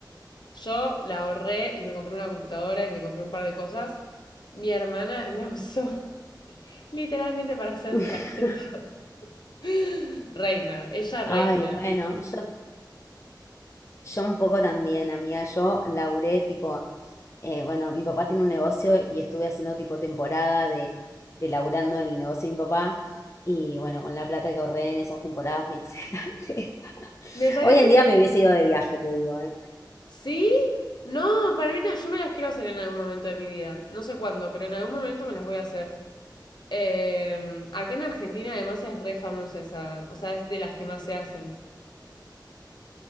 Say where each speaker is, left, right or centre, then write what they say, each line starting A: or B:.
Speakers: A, on the left (about 65°); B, on the left (about 35°).
A: yo la ahorré y me compré una computadora y me compré un par de cosas. Mi hermana la usó <laughs> literalmente para hacerse
B: <laughs>
A: las tetas. <laughs> Reina, ella reina.
B: Ay, bueno, yo Yo un poco también, amiga, yo laburé tipo, eh, bueno, mi papá tiene un negocio y estuve haciendo tipo temporada de, de laburando en el negocio de mi papá y bueno, con la plata que ahorré en esas temporadas me hice <laughs> la teta.
A: Me parece
B: Hoy en día me hubiese ido de viaje, te digo, ¿eh?
A: ¿Sí? No, para mí no, yo me las quiero hacer en algún momento de mi vida. No sé cuándo, pero en algún momento me las voy a hacer. Eh, acá en Argentina además es re famosa esa, o sea, es de las que más se hacen.